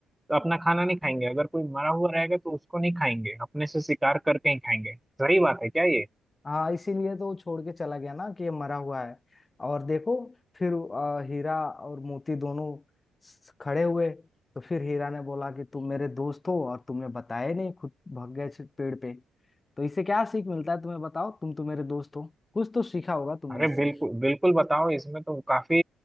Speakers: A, in the centre; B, on the left.
A: अपना खाना नहीं खाएंगे अगर कोई मरा हुआ रहेगा तो उसको नहीं खाएंगे अपने से शिकार करके ही खाएंगे सही बात है क्या ये
B: हाँ इसीलिए तो वो छोड़ के चला गया ना कि ये मरा हुआ है और देखो फिर अ, हीरा और मोती दोनों स- खड़े हुए तो फिर हीरा ने बोला कि तुम मेरे दोस्त हो और तुमने बताया नहीं खुद भाग गए से पेड़ पे तो इससे क्या सीख मिलता है तुम्हें बताओ तुम तो मेरे दोस्त हो कुछ तो सीखा होगा तुमने
A: अरे
B: इससे
A: बिल्कुल बिल्कुल बताओ इसमें तो काफी